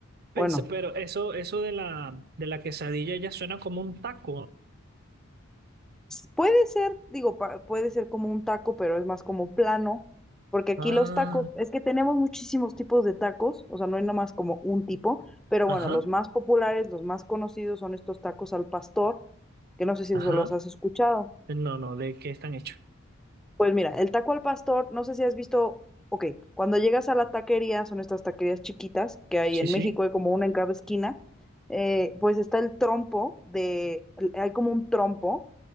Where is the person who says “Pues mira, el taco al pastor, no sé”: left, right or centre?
Centre